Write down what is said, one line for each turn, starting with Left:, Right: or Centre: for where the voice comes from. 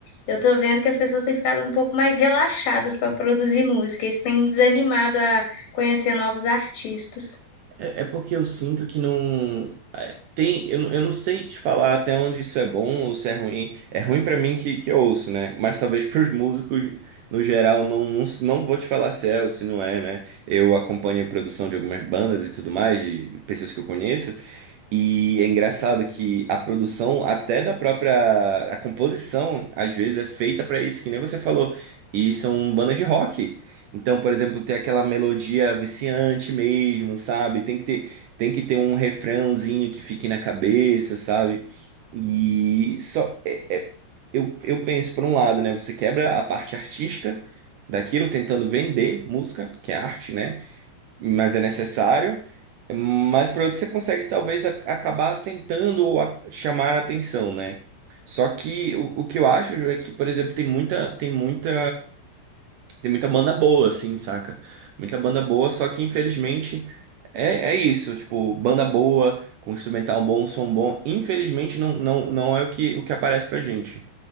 Left: eu tô vendo que as pessoas têm ficado um pouco mais relaxadas para produzir música. Isso tem me desanimado a conhecer novos artistas.
Right: É, é porque eu sinto que não. é, Tem, eu, não- eu não sei te falar até onde isso é bom ou se é ruim. É ruim pra mim que, que eu ouço, né? Mas talvez <laughs> pros músicos, no geral, não, não, s- não vou te falar se é ou se não é, né? Eu acompanho a produção de algumas bandas e tudo mais, de pessoas que eu conheço. E é engraçado que a produção, até da própria, a composição, às vezes é feita pra isso, que nem você falou. E são bandas de rock. Então, por exemplo, tem aquela melodia viciante mesmo, sabe? Tem que ter, tem que ter um refrãozinho que fique na cabeça, sabe? E só é- é- eu, eu penso por um lado, né? Você quebra a parte artística daquilo, tentando vender música, que é arte, né? mas é necessário. Mas por outro, você consegue talvez a- acabar tentando ou a- chamar a atenção, né? Só que o, o que eu acho Ju, é que, por exemplo, tem muita, tem muita, tem muita banda boa, assim, saca? Muita banda boa, só que infelizmente é, é isso, tipo, banda boa, com instrumental bom, som bom, infelizmente não, não, não é o que, o que aparece pra gente,